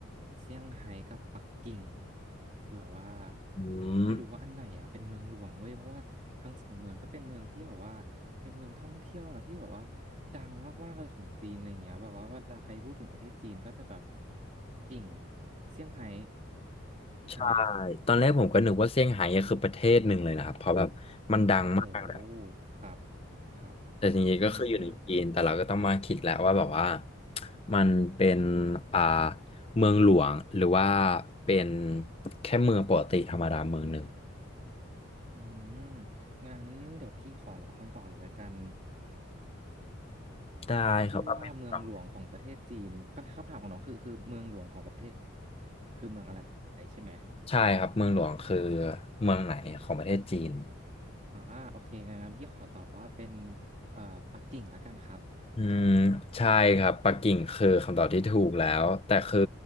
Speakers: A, on the right; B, on the left.
A: เซี่ยงไฮ้กับปักกิ่ง คือแบบว่า
B: อืม
A: ไม่รู้ว่าอันไหนอ่ะเป็นเมืองหลวงเว้ย เพราะว่าทั้งสองเมืองก็เป็นเมืองที่แบบว่าเป็นเมืองท่องเที่ยวนะที่แบบว่าดังมากๆเลยของจีนอะไรอย่างเงี้ยแบบว่าเวลาใครพูดถึงประเทศจีนก็จะแบบกิ่งเซี่ยงไฮ้นี่างงี้ใช่ไหม
B: ใช่ตอนแรกผมก็นึกว่าเซี่ยงไฮ้อะคือประเทศหนึ่งเลยนะครับเพราะแบบมันดังมากแหละ
A: โอ้โหครับครับ
B: แต่จริงๆก็คืออยู่ในจีนแต่เราก็ต้องมาคิดแล้วว่าแบบว่า
A: อืม
B: มันเป็นอ่าเมืองหลวงหรือว่าเป็นแค่เมืองปกติธรรมดาเมืองหนึ่ง
A: อืมงั้นเดี๋ยวพี่ขอรอขั้นตอนเลยละกัน
B: ได้ครับเอาเป็นแบบ
A: พี่ว่าเมืองหลวงของประเทศจีนคำคำถามของน้องคือคือเมืองหลวงของประเทศคือเมืองอะไรใช่ไหม
B: ใช่ครับเมืองหลวงคือเมืองไหนของประเทศจีน
A: อ่าโอเคงั้นงั้นพี่ขอตอบว่าเป็นเอ่อปักกิ่งละกันครับ
B: อืมใช่ครับปักกิ่งคือคำตอบที่ถูกแล้วแต่คือ